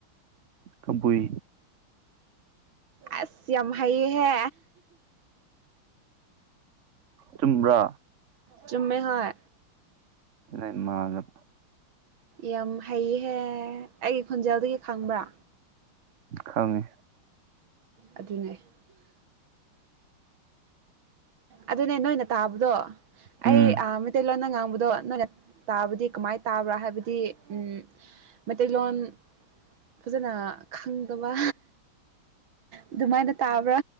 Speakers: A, on the right; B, on the right.
A: ꯀꯕꯨꯏ
B: ꯑꯁ ꯌꯥꯝ ꯍꯩꯌꯦꯍꯦ
A: ꯆꯨꯝꯕ꯭ꯔꯣ
B: ꯆꯨꯝꯃꯦ ꯍꯣꯏ
A: ꯑꯩ ꯃꯥꯂꯕ
B: ꯌꯥꯝ ꯍꯩꯍꯦ ꯑꯩꯒꯤ ꯈꯣꯟꯖꯦꯜꯗꯒꯤ ꯈꯪꯕ꯭ꯔꯥ
A: ꯈꯪꯉꯤ
B: ꯑꯗꯨꯅꯦ <unintelligible> ꯑꯗꯨꯅꯦ ꯅꯣꯏꯅ ꯇꯥꯕꯗꯣ ꯑꯩ
A: ꯎꯝ
B: ꯑ ꯃꯩꯇꯩꯂꯣꯟꯅ ꯉꯥꯡꯕꯗꯣ ꯅꯣꯏꯅ ꯇꯥꯕꯗꯤ ꯀꯃꯥꯏꯅ ꯇꯥꯕ꯭ꯔꯥ ꯍꯥꯏꯕꯗꯤ ꯎꯝ ꯃꯩꯇꯩꯂꯣꯟ ꯐꯖꯅ ꯈꯪꯗꯕ ꯑꯗꯨꯃꯥꯏꯅ ꯇꯥꯕ꯭ꯔꯥ